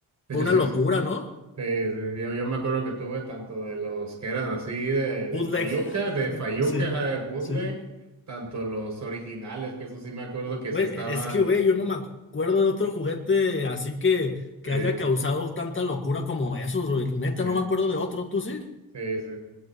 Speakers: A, on the right (about 45°); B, on the left (about 30°).
A: hecho,
B: Fue una
A: sí,
B: locura, ¿no?
A: Sí, sí, yo, yo me acuerdo que tuve tanto de los que eran así de, de
B: Bootleg.
A: fayuca, de fayuca,
B: Sí,
A: ajá, de bootleg,
B: sí.
A: tanto los originales, que eso sí me acuerdo que
B: Güey,
A: sí estaban,
B: es que, güey, yo no me acuerdo de otro juguete así que, que
A: sí,
B: haya causado tanta locura como esos, güey. Neta,
A: sí,
B: no me acuerdo de otro, ¿tú sí?
A: sí, sí.